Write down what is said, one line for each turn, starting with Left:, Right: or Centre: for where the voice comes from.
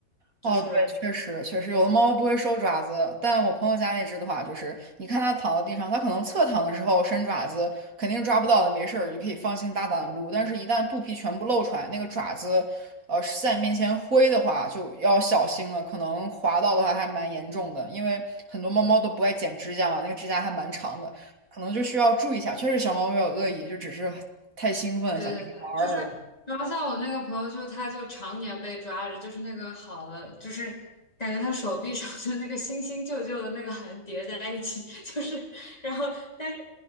Right: 哦，
Left: 就是
Right: 对，确实确实，有的猫不会收爪子，但我朋友家那只的话，就是你看它躺在地上，它可能侧躺的时候伸爪子，肯定是抓不到的，没事儿就可以放心大胆的撸。但是，一旦肚皮全部露出来，那个爪子，呃，是在你面前挥的话，就要小心了，可能划到的话还蛮严重的，因为很多猫猫都不爱剪指甲嘛，那个指甲还蛮长的，可能就需要注意一下。确实，小猫没有恶意，就只是太兴奋，
Left: 对对对，
Right: 想跟你玩儿而已。
Left: 就是，然后像我那个朋友就，他就常年被抓着，就是那个好的，就是感觉他手臂上就那个新新旧旧的那个痕叠在一起，<laughs> 就是，然后但是